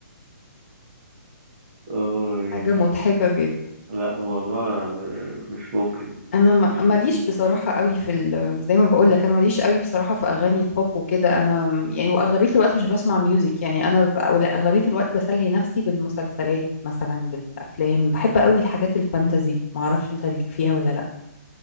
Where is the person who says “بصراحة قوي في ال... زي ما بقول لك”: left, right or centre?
Left